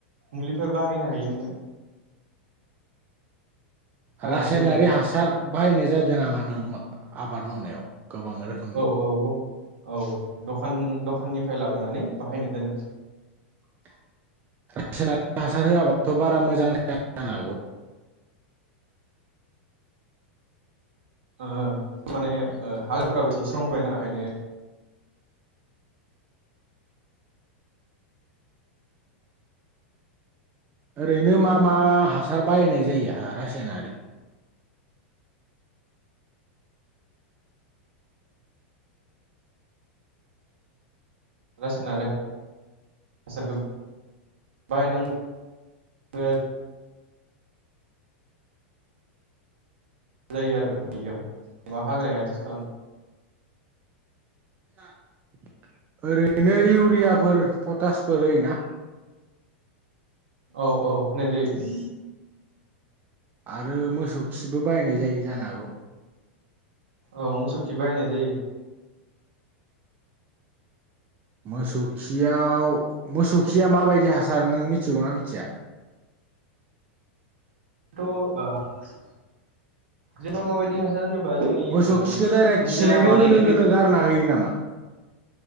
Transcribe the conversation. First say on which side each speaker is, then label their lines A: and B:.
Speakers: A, on the right; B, on the right.
A: मुलिफोर बाहायनो हायो नोङो हाग्रा
B: रासायनारि
A: थैनायनि
B: हासार बाहायनाय जादों नामा नों आबाद मावनायाव गोबां रोखोम
A: औ औ द औ दखान दखाननिफ्राय लाबोनानै बाहायनाय जादों
B: <unintelligible> हासार होवाबाथ' बारा मोजां <unintelligible> जानो हागौ
A: ओ माने ओ <unintelligible> ना ओखायनो
B: ओरैनो मा मा हासार बायनाय जायो <unintelligible> रासायनारि
A: रासायनारि <unintelligible> हासारखो बाहायनां <unintelligible> जायो आरो ना <unintelligible> हाग्राया <unintelligible> खालाम
B: <inaudible> ओरैनो इउरियाफोर पटासफोर होयोना
A: औ औ होनाय जायो <inaudible>
B: आरो मोसौ खिबो बायनाय जायो जानो हागौ
A: औ मोसौ खि बाहायनाय जायो
B: मोसौ खियाव मोसौ खिया माबायदि हासार नों मिथिगौना मिथिया?
A: थ ओ <unintelligible> जेनबा माबायदि हासार <unintelligible> जोंनि
B: मोसौ
A: ओ
B: खिखौ डाइरेक्ट
A: निजा
B: खिनाय
A: बानायनाय
B: लोगो लोगोनो
A: बायदि <unintelligible>
B: <unintelligible> नामा?